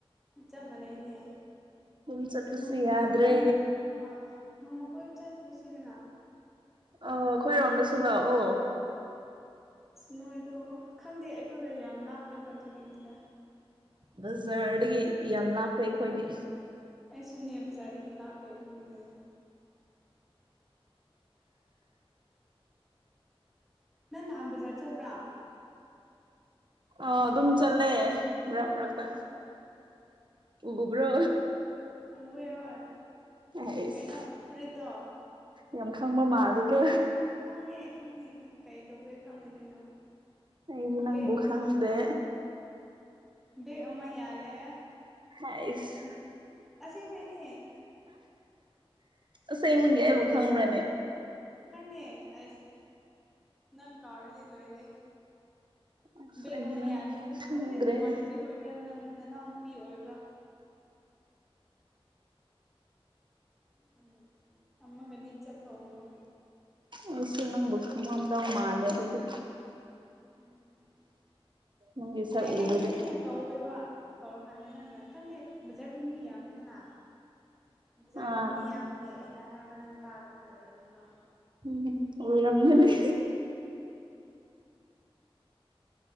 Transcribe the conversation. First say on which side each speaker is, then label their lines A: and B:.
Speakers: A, in the centre; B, on the right.
A: ꯆꯞ ꯃꯥꯟꯅꯩꯅꯦ
B: ꯌꯨꯝ ꯆꯠꯄꯁꯨ
A: ꯅꯣꯡ
B: ꯌꯥꯗ꯭ꯔꯦ
A: ꯅꯣꯛ ꯅꯣꯡꯃꯨꯛ ꯑ ꯅꯣꯡꯃ ꯀꯣꯏ ꯆꯠꯂꯨꯁꯤꯗꯅ
B: ꯑꯧ ꯑꯩꯈꯣꯏꯔꯣꯝꯗꯁꯨ ꯂꯥꯛꯑꯣ
A: ꯑꯁ ꯅꯣꯏꯗꯣ ꯈꯪꯗꯦ ꯑꯩꯈꯣꯏꯒ ꯌꯥꯝ ꯂꯥꯞꯄꯦꯕ ꯑꯗꯨꯒꯤꯅꯤꯗꯥ
B: ꯕꯖꯥꯔꯗꯒꯤ ꯌꯥꯝ ꯂꯥꯞꯇꯦ ꯑꯩꯈꯣꯏꯗꯤ
A: ꯑꯩꯁꯨꯅꯦ ꯕꯖꯥꯔꯗꯒꯤ ꯂꯥꯞꯄꯦ ꯑꯗꯨꯒꯤꯅꯦ ꯅꯪ ꯅꯍꯥꯟ ꯕꯖꯥꯔ ꯆꯠꯄ꯭ꯔꯥ
B: ꯑ ꯑꯗꯨꯝ ꯆꯠꯂꯦ ꯃꯔꯛ ꯃꯔꯛꯇ
A: ꯑꯣ
B: ꯎꯕ꯭ꯔꯣ
A: ꯍꯣꯏ ꯍꯣꯏ
B: ꯑꯩꯁ
A: ꯀꯩꯅꯣ ꯐꯨꯔꯤꯠꯇꯣ
B: ꯌꯥꯝ ꯈꯪꯕ ꯃꯥꯜꯂꯤꯀꯣ
A: ꯈꯪꯉꯦ ꯈꯪꯉꯦ ꯀꯩꯗꯧꯕꯩ ꯈꯪꯉꯣꯏꯗꯣꯏꯅꯣ
B: ꯑꯩꯗꯤ ꯅꯪꯕꯨ
A: ꯕꯦꯛ ꯑꯃ
B: ꯈꯪꯗꯦ
A: ꯕꯦꯛ ꯑꯃ ꯌꯥꯜꯂꯦ
B: ꯑꯩꯁ
A: ꯅꯪ ꯑꯁꯦꯡꯕꯩꯅꯦ
B: ꯑꯁꯦꯡꯕꯒꯤ ꯑꯩꯕꯨ ꯈꯪꯕ꯭ꯔꯥꯅꯦ
A: ꯈꯪꯉꯦ ꯑꯁ ꯅꯪ ꯀꯥꯎꯔꯗꯤ ꯂꯣꯏꯔꯦꯍꯦ
B: ꯑꯁ
A: ꯕꯦꯛ
B: ꯑꯩꯗꯤ
A: ꯑꯃ
B: ꯅꯪ
A: ꯌꯥꯜꯂꯦ
B: ꯈꯪꯗ꯭ꯔꯦꯍꯦ
A: ꯈꯪꯗꯦ ꯅꯃꯥꯟꯅꯕꯤ ꯑꯣꯏꯕ꯭ꯔꯥ ꯅ ꯅꯅꯥꯎꯅꯨꯄꯤ ꯑꯣꯏꯕ꯭ꯔꯥ ꯎꯝ ꯑꯃꯒꯗꯤ ꯆꯠꯄ ꯎꯕ
B: ꯑꯩꯁꯨ ꯅꯪꯕꯨ ꯈꯪꯉꯝꯗꯧ ꯃꯥꯜꯂꯦ ꯑꯗꯨꯗꯤ
A: ꯎꯝ
B: ꯅꯪꯒꯤ ꯁꯛ
A: ꯑꯩ ꯑꯩꯅ
B: ꯎꯔꯗꯤ
A: ꯑꯩꯅ ꯀꯧꯋꯦꯕ ꯀꯧꯔꯀꯥꯟꯗ ꯅꯪꯅ ꯈꯪꯗꯦ ꯕꯖꯥꯔꯗꯣ ꯃꯤ ꯌꯥꯝꯃꯦꯗꯅ ꯕꯖꯥꯔꯗꯣ
B: ꯑꯥ
A: ꯃꯤ ꯌꯥꯝꯕꯒꯤ ꯑꯩꯅ ꯍꯥꯏꯕ ꯅꯪ ꯇꯥꯗꯕꯒꯤ ꯑꯣꯏꯔꯝꯅꯦꯕ
B: ꯎꯝ ꯑꯣꯏꯔꯝꯒꯅꯤ